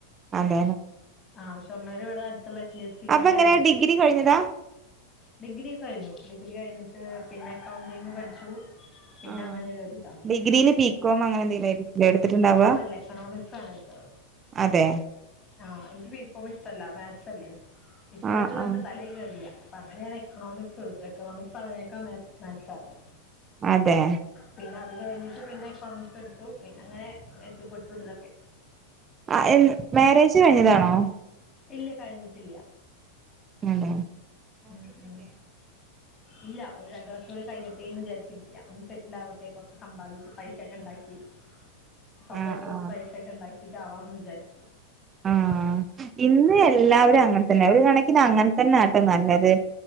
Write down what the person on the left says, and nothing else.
ആഹ് ഷൊർണ്ണൂർ ഇവടെ അടുത്തുള്ള എച്ച് ഡി എഫ് സിലെന്നെയാണ്.
ഡിഗ്രി കഴിഞ്ഞു ഡിഗ്രി കഴിഞ്ഞിട്ട് പിന്നെ അക്കൗണ്ടിങ് പഠിച്ചു. പിന്നെ
അങ്ങനെ കേറീതാ
ബികോം അല്ല എക്കണോമിക്സ് ആണ് എട് ത്ത
ആഹ് എനിക്ക് ബീ കൊമ് ഇഷ്ടല്ല മാത്‍സല്ലേ ഇഷ്ടല്ലാന്ന്
പറഞ്ഞ
തലയി കയറില്ല അപ്പൊ അങ്ങനെയാണ്. എക്കണോമിക്സ് എടുത്ത് എക്കണോമിക്സ് ഒക്കെ മാത്സ് ആയിരുന്നു.
പിന്നെ അത് കഴിഞ്ഞിട്ട് പിന്നെ എക്കൗണ്ട്സ് എടുത്തു പിന്നെ അങ്ങനെ എത്തിപ്പെട്ടു ഇതിലൊക്കെ
ഇല്ല കഴിഞ്ഞിട്ടില്ല.
ഉം ഉം ഇല്ല ഒരു രണ്ടു വർഷം കൂടി കയ്യട്ടേന്ന് വിചരിച്ചിരിക്ക ഒന്ന് സെറ്റിലാവട്ടെ കൊറച്ച് സമ്പാദിച്ച് പൈസ ഒക്കെ ഉണ്ടാക്കി. സ്വന്തായിട്ട്
കൊറച്ച്
പൈസയൊക്കെ ഉണ്ടാക്കിട്ട് ആവാമന്ന് വിചാരിച്ചു.